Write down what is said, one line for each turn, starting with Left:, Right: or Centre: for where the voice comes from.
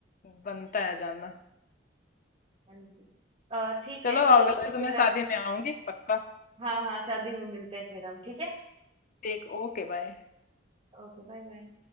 Left: बनता है जानना
Right: थैंक यू अ, ठीक
Left: चलो
Right: है
Left: और
Right: तो
Left: वैसे
Right: फिर
Left: तो मैं शादी में आऊंगी पक्का
Right: हाँ हाँ शादी में मिलते हैं फिर हम ठीक है
Left: ठीक ओके बाय
Right: Okay bye bye